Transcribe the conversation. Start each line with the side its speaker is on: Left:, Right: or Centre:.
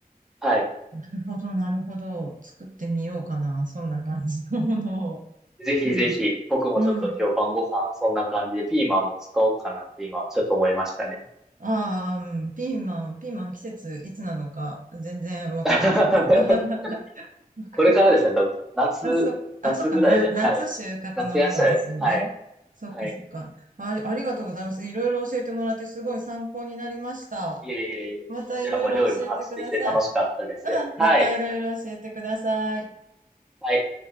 Centre: はい。
Right: なるほど、なるほど。作ってみようかな。そんな感じのものを。
Centre: ぜひぜひ、
Right: うん。
Centre: 僕もちょっと今日晩ご飯、
Right: うん。
Centre: そんな感じでピーマンも使おうかなって今、ちょっと思いましたね。
Right: ああ、うんピーマン、ピーマン季節いつなのか全然わからないですが。
Centre: <laughs>
Right: <laughs> なんか
Centre: これからですね、多分、夏、
Right: あ、そう、あ、
Centre: 夏ぐらいで、
Right: そうかな、夏収穫のものですよね。
Centre: はい。夏野菜、はい、
Right: そっかそっか。
Centre: はい。
Right: あ、ありがとうございます。いろいろ教えてもらってすごい参考になりました。
Centre: いえいえいえ、
Right: またいろいろ教えてください。
Centre: こちらも料理の話できて楽しかったです。
Right: うん、
Centre: はい、
Right: またいろいろ教えてください。
Centre: はい。